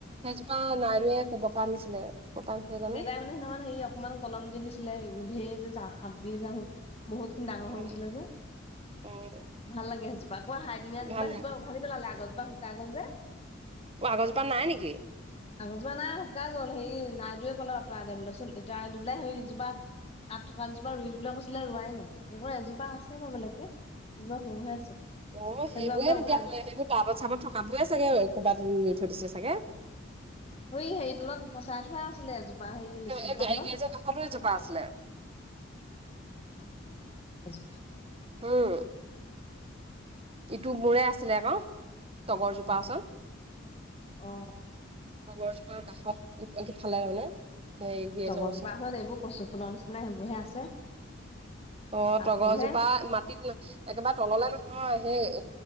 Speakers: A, on the right; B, on the left.
A: সেইজোপা নাইৱে ক'ব পৰা নিছিনায়ে ক'ৰ পৰা আছিলে জানো।
B: দেউতাই মানে সেইদিনাখন হেৰি অকমান কলম দি দিছিলে ধেৰ যে যা হাবি বহুতখিনি ডাঙৰ
A: অ',
B: হৈ গৈছিলে যে
A: অ',
B: ভাল লাগে সেই কিবা কোৱা হাইদিনীয়া
A: ভাল লাগে
B: জোপা উঘালি পেলালে আগৰ জোপা শুকাই গ'ল যে।
A: অ', আগৰজোপা নাই নেকি?
B: আগৰ জোপা নাই শুকাই গ'ল হেৰি নাই তোয়ে ক'লে অঁতৰাই বোলে। তাৰ পিছত অঁতৰাই দি পেলাই সেই জোপা তাত থকা এজোপা ৰুই দিব বুলি কৈছিলে ৰোৱাই নাই। এনেকুৱা এজোপা আছে বা বেলেগে এজোপা সৰু হৈ আছে।
A: অ', সেইবোৰে
B: সেইজোপা বোলে
A: তেতিয়া
B: উঘাল
A: হ'লে সেইবোৰ তাৰবত চাৰবত থকাবোৰে চাগে ক'ৰবাত থৈ দিছে চাগে।
B: অ', হেৰি তলত পচাই থোৱা আছিলে এজোপা হেৰি লিচু জোপা
A: এই গাড়ী
B: তলত।
A: গেৰেজৰ কাষতো এজোপা আছিলে।
B: <unintelligible>
A: উম। ইটো মোৰে আছিলে আকৌ তগৰ জোপা
B: অ
A: ওচৰত।
B: অ
A: তগৰজোপাৰ কাষতফালে তাৰ মানে। এই গেৰেজৰ
B: তগৰ জোপা ওচৰত এইবোৰ কচু ফুলৰ নিচিনা সেইবোৰহে আছে।
A: অ',
B: পাত
A: তগৰ
B: ফুলহে
A: জোপা মাটিত ন একেবাৰে তললে নহয় হয় সেই